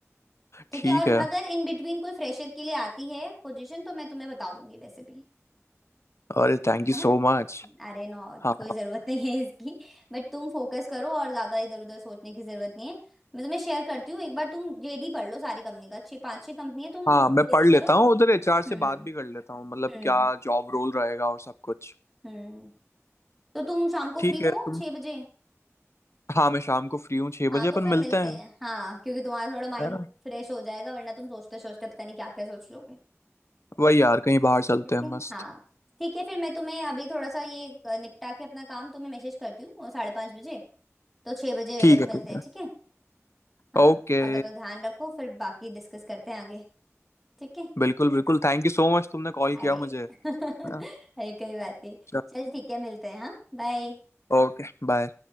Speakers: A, in the centre; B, on the left (about 60°).
A: ठीक
B: ठीक
A: है और
B: है
A: अगर इन बिटवीन कोई फ्रेशर के लिए आती है पोजीशन तो मैं तुम्हें बता दूंगी वैसे भी
B: अरे थैंक यू
A: है
B: सो
A: ना
B: मच
A: अरे नो
B: हाँ
A: कोई जरूरत नहीं है इसकी बट तुम फोकस करो और ज्यादा इधर उधर सोचने की जरूरत नहीं है मतलब मैं तुम्हें शेयर करती हूँ एक बार तुम जेडी पढ़ लो सारी कंपनी का छह पांच छह कंपनी है तुम
B: हाँ मैं
A: जेडी
B: पढ़ लेता
A: करो
B: हूँ उधर एचआर से
A: हम्म
B: बात भी कर लेता हूँ मतलब
A: हम्म
B: क्या जॉब रोल रहेगा और सब कुछ
A: हम्म तो तुम शाम को
B: ठीक
A: फ्री
B: है
A: हो
B: तुम
A: छह बजे
B: हाँ मैं शाम को फ्री हूँ छह बजे
A: हाँ तो
B: अपन
A: फिर
B: मिलते
A: मिलते
B: हैं
A: हैं हाँ क्योंकि तुम्हारा थोड़ा माइंड
B: है ना
A: फ्रेश हो जाएगा वरना तुम सोचते सोचते पता नहीं क्या क्या सोच लोगे
B: वही यार कहीं बाहर चलते
A: ठीक
B: हैं
A: है
B: मस्त
A: हाँ ठीक है फिर मैं तुम्हें अभी थोड़ा सा ये अ, निपटा के अपना काम तुम्हें मैसेज करती हूँ और साढ़े पांच बजे तो छह बजे
B: ठीक है
A: मिलते
B: ठीक
A: हैं
B: है
A: ठीक है हाँ
B: ओके
A: और तब तक ध्यान रखो फिर बाकी डिस्कस करते हैं आगे ठीक है
B: बिल्कुल बिल्कुल थैंक यू सो मच तुमने कॉल
A: अरे
B: किया मुझे
A: <laughs> अरे
B: हाँ,
A: कोई बात नहीं
B: चल,
A: चल ठीक है मिलते हैं हाँ बाय
B: Okay bye